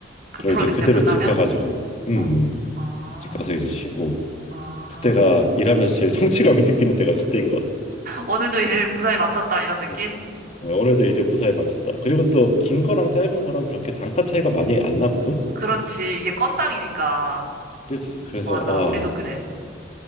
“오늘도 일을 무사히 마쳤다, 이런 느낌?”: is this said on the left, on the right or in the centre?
Right